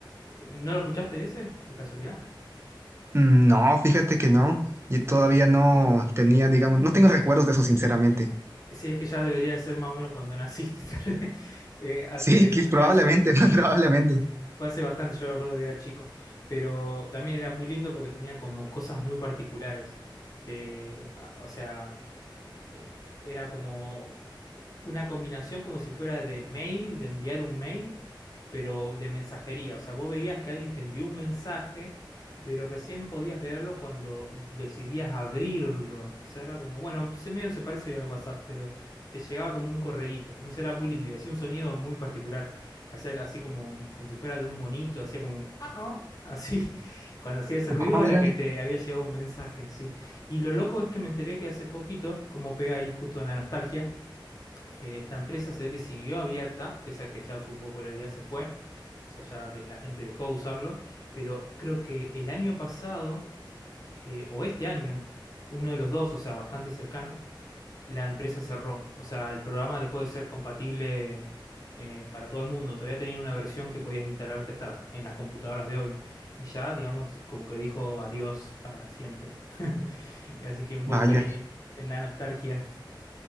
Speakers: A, on the left (about 45°); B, on the right (about 30°).
A: Eh, ¿No lo escuchaste ese, de casualidad?
B: Mm, No, fíjate que no. Y todavía
A: Mira,
B: no tenía, digamos, no tengo recuerdos de eso, sinceramente. <laughs>
A: sí, es que ya debería de ser más o menos cuando naciste, <laughs> tal vez. Eh, hace,
B: Sí, que
A: fue
B: probablemente,
A: hace...
B: <laughs> probablemente.
A: Fue hace bastante, yo recuerdo que era chico, pero también era muy lindo porque tenía como cosas muy particulares. De, a- o sea, eh, era como una combinación como si fuera de mail, de enviar un mail, pero de mensajería. O sea, vos veías que alguien te envió un mensaje, pero recién podías leerlo cuando decidías abrirlo. O sea, era como, bueno, se medio se parece hoy al WhatsApp, pero te llegaba como un correíto. No sé, era muy lindo y hacía un sonido muy particular. Hacía así como, como si fuera de un monito, hacía como, ah, ah", Así, <laughs> cuando hacía ese
B: No,
A: ruido
B: mira,
A: era que te había llegado un mensaje, sí. Y lo loco es que me enteré que hace poquito, como pega ahí justo en la nostalgia, eh, esta empresa se ve que siguió abierta, pese a que ya su popularidad se fue, o sea, ya de- la gente dejó de usarlo, pero creo que el año pasado, eh, o este año, uno de los dos, o sea, bastante cercano, la empresa cerró. O sea, el programa dejó de ser compatible eh, para todo el mundo. Todavía tenía una versión que podías instalarte hasta las- en las computadoras de hoy. Y ya, digamos, como que dijo adiós para siempre. <laughs> Así que un
B: vaya.
A: golpe ahí en la nostalgia.